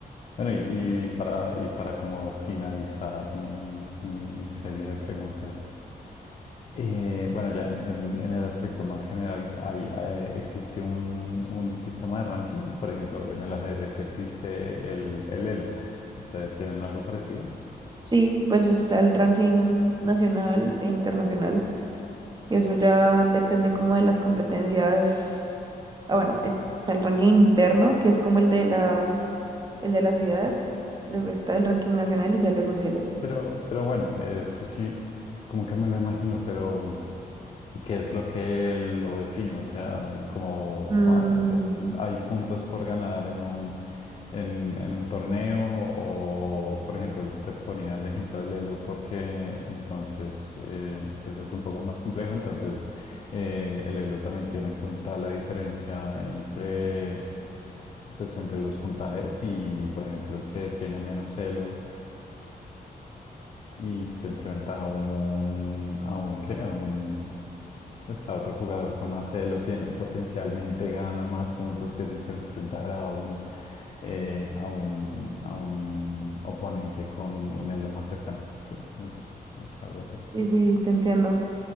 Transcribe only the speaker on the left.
Bueno, y, y para, y para como finalizar mi, mi, mi serie de preguntas. Eh, bueno, ya en, en- en el aspecto más general, hay, eh, existe un, un sistema de ranking. Por ejemplo, en el ajedrez existe el, el Elo. ¿Ustedes tienen algo parecido?
Pero, pero bueno, eh, eso sí, como que me lo imagino, pero... ¿Qué es lo que lo define? O sea, como
cua- d- hay puntos por ganar en un, en, en un torneo o, por ejemplo, te ponía el ejemplo del Elo porque entonces, eh, pues es un poco más complejo, entonces eh, el Elo también tiene en cuenta la diferencia entre, pues, entre los puntajes y, por ejemplo, el que tiene menos Elo y se enfrenta a un, a un, ¿qué? A un, pues a otro jugador con más elo, tiene potencialmente gana más puntos que si se enfrentara a un, eh, a un, a un oponente con un elo más cercano. Sí, es, es algo así.